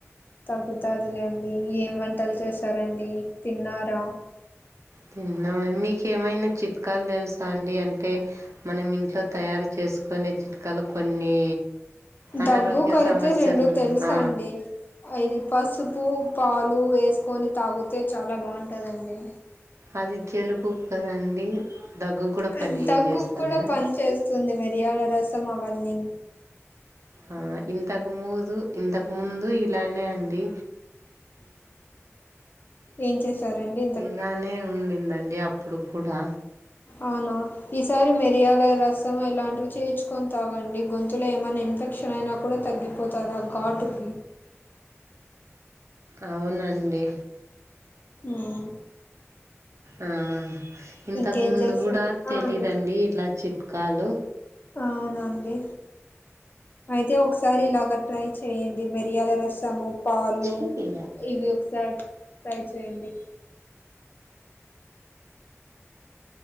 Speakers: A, on the left; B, on the right.
A: తగ్గుతాదిలేండి ఏం వంటలు చేసారండి తిన్నారా
B: తిన్నామండి మీకు ఏమైనా చిట్కాలు తెలుసా అండి అంటే మనం ఇంట్లో తయారు చేసుకోనీ చిట్కాలు కొన్ని అనారోగ్య
A: దగ్గు కైతే
B: సమస్యలు
A: రెండు
B: ఉన్
A: తెలుసు
B: ఆ
A: అండి ఇది పసుపు పాలు వేసుకొని తాగితే చాలా బాగుంటదండి
B: అది జలుబుకి కదండి దగ్గు కూడా
A: ఆ
B: పని
A: దగ్గుక్కూడా
B: చేస్తదా
A: పనిచేస్తుంది మిరియాల రసం అవన్నీ
B: ఆ ఇంతకు మూజు ఇంతకు ముందు ఇలానే అండి
A: ఏం చేశారంండి
B: ఇలానే ఉండిదండి అప్పుడు కూడా
A: అవునా ఈసారి మిరియాల రసం ఇలాంటివి చేర్చుకొని తాగండి గొంతులో ఏమైన్నా ఇన్ఫెక్ష అయినా కూడా తగ్గిపోతాది ఆ ఘాటుకి
B: అవునండి
A: హ్మ్
B: ఆ ఇంతకు
A: ఇంకేం
B: ముందు
A: చేస్తారు
B: కూడా
A: ఆ
B: తెలీదండి
A: అండి
B: ఇట్లా చిట్కాలు
A: అవునండి అయితే ఒక స ఒకసారి ఇలాగ ట్రై చేయండి మిరియాల రసము పాలు
B: చీ
A: ఇవి ఒకసారి ట్రై చేయండి